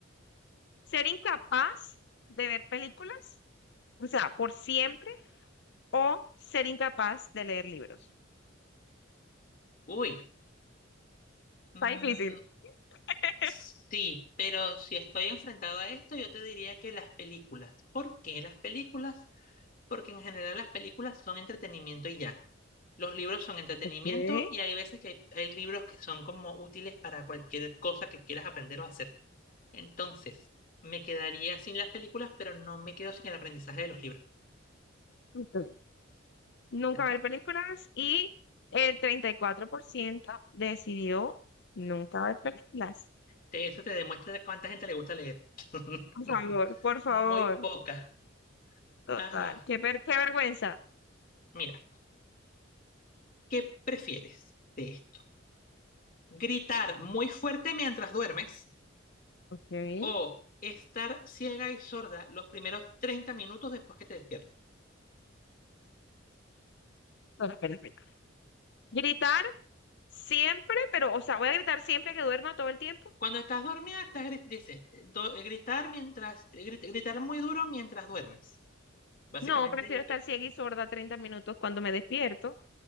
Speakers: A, on the left; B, on the left.
A: ¿Ser incapaz de ver películas? O sea, por siempre, o ser incapaz de leer libros.
B: Uy. Mm,
A: Está difícil. <laughs>
B: sí, pero si estoy enfrentado a esto, yo te diría que las películas. ¿Por qué las películas? Porque en general las películas son entretenimiento y ya. Los libros son entretenimiento
A: Ok.
B: y hay veces que hay, hay libros que son como útiles para cualquier cosa que quieras aprender o hacer. Entonces, me quedaría sin las películas, pero no me quedo sin el aprendizaje de los libros.
A: ok. nunca
B: Eso
A: ver películas y el 34% decidió nunca ver películas.
B: te, eso te demuestra cuánta gente le gusta leer. <laughs>
A: Por favor, por favor.
B: Muy poca.
A: Total,
B: Ajá.
A: qué, ver- qué vergüenza.
B: Mira, ¿qué prefieres de esto? gritar muy fuerte mientras duermes
A: Ok. Espera,
B: o estar ciega y sorda los primeros 30 minutos después que te despiertas.
A: espera, espera. Gritar siempre, pero, o sea, voy a gritar siempre que duerma todo el tiempo.
B: Cuando estás dormida, estás gri- dice, do- gritar mientras, gri- gritar muy duro mientras duermes. Básicamente,
A: No, prefiero
B: yo creo
A: estar
B: que.
A: ciega y sorda 30 minutos cuando me despierto.